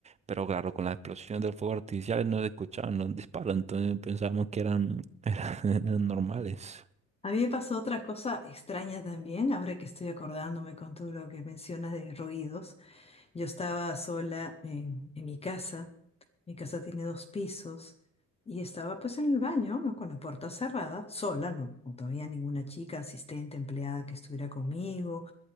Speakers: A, on the right (about 20°); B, on the left (about 20°).
A: pero claro, con la explosión del fuego artificial no se escuchaban los disparos, entonces pensábamos que eran, <laughs> eran, eran normales.
B: A mí me pasó otra cosa extraña también, ahora que estoy acordándome con todo lo que mencionas de ruidos. Yo estaba sola en, en mi casa. Mi casa tiene dos pisos y estaba pues en el baño, ¿no? Con la puerta cerrada, sola, no, no todavía ninguna chica, asistente, empleada que estuviera conmigo.